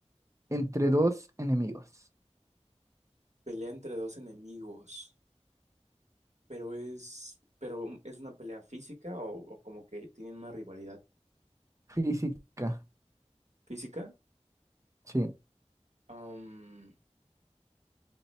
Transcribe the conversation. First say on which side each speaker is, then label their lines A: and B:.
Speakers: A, on the right; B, on the right.
A: entre dos enemigos.
B: Pelea entre dos enemigos. Pero es, pero es una pelea física o, o como que tienen una rivalidad
A: Física,
B: física.
A: sí.
B: Am,